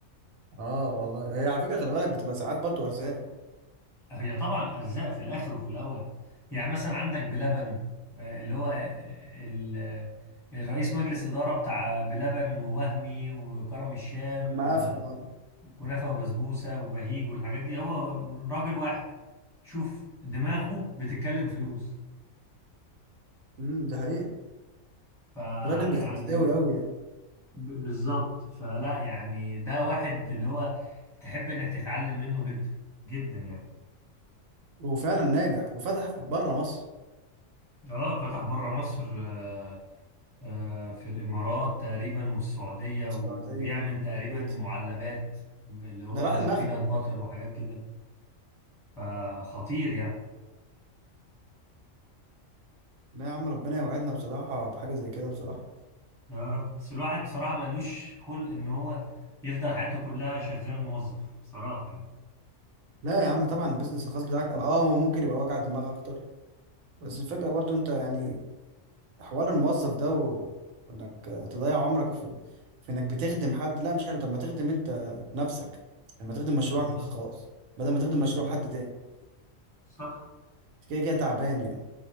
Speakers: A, on the right; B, in the centre.
A: اه والله هي على فكره خلي بالك بتبقى ساعات برضو ارزاق
B: هي طبعا ارزاق في الاخر وفي الاول يعني مثلا عندك بلبن آه، اللي هو آه، ال- الرئيس مجلس اداره بتاع بلبن ووهمي وكرم الشام
A: لما
B: و-
A: قفل اه
B: وكنافه وبسبوسه وبهيج والحاجات دي هو راجل واحد شوف دماغه بتتكلم فلوس
A: امم ده حقيقه
B: فيعني
A: راجل بزنساوي قوي يعني
B: ب- بالظبط فلا يعني ده واحد اللي هو تحب انك تتعلم منه جدا جدا يعني
A: وفعلا ناجح وفتح بره مصر
B: اه فتح بره مصر آه، آه، في الإمارات تقريبا والسعودية و-
A: السعودية
B: وبيعمل
A: آه،
B: تقريبا
A: كويس
B: معلبات اللي هو
A: ده راح المغرب
B: بينات باتر وحاجات كده فخطير يعني
A: لا يا عم ربنا يوعدنا بصراحة بحاجة زي كده بصراحة
B: يا رب بس الواحد بصراحة ملوش خلق إن هو يفضل حياته كلها شغال موظف بصراحة يعني
A: لا يا عم طبعا البيزنس الخاص بتاعك اه هو ممكن يبقى وجع دماغ اكتر بس الفكرة برضو انت يعني حوار الموظف ده و... وانك آه، تضيع عمرك في في انك بتخدم حد لا مش حلو طب ما تخدم انت نفسك لما تخدم مشروعك
B: بالظبط
A: الخاص بدل ما تخدم
B: بالظبط
A: مشروع حد تاني
B: صح
A: أنت كده كده تعبان يعني